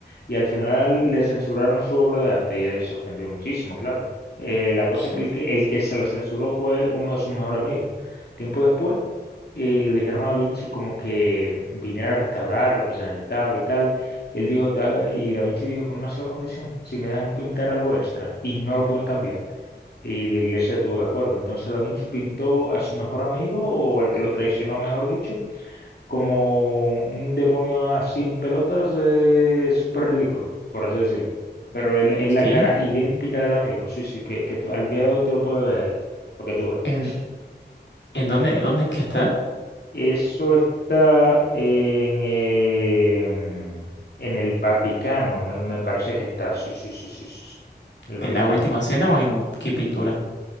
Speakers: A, on the left; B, on the left.
A: y al final le censuraron su obra de arte, y él se ofendió muchísimo, claro. Eh, la cosa
B: Sí.
A: es que el que, el que se la censuró fue uno de sus mejores amigos. Tiempo después, eh, le dijeron a Da Vinci como que viniera a restaurar lo que se necesitaba y tal. Él dijo, "Da- y Da Vinci dijo con una sola condición, si me dejan pintar algo extra y no lo pueden cambiar. Y la iglesia estuvo de acuerdo. Entonces Da Vinci pintó a su mejor amigo, o al que lo traicionó, mejor dicho, como un demonio así en pelotas, eh, súper ridículo, por así decirlo. Pero él- es la
B: ¿Sí?
A: cara idéntica del amigo. Sí, sí, que, que tú- al día de hoy te lo puedes ver ahí, porque tú veas.
B: ¿En, en dónde, dónde es que está?
A: Eso está en, eh, mm, en el Vaticano, me, me parece que está. Sí, sí, sí, sí, sí, sí. En El
B: ¿En
A: Vaticano.
B: la última cena o en qué pintura?